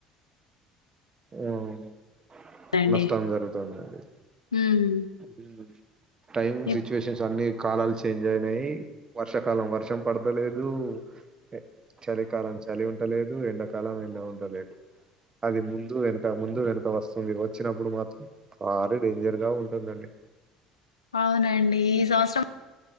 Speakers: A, on the right; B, on the left.
A: ఏముండద్
B: అండి
A: నష్టం జరుగుతందాండి
B: ఉమ్
A: హ్మ్ టైం
B: ఇప్
A: సిట్యువేషన్స్ అన్ని కాలాలు చేంజ్ అయినాయి. వర్షాకాలం, వర్షం పడతలేదు. ఏ చలి కాలం చ్ చలి ఉంటలేదు, ఎండాకాలం ఎండ ఉండలేదు. అది ముంద్ ముందు వెనుక, ముందు వెనుక వస్తుంది. వచ్చినప్పుడు మాత్రం మారీ డేంజర్ గా ఉంటుందండి.
B: అవునండి. ఈ సంవత్సరం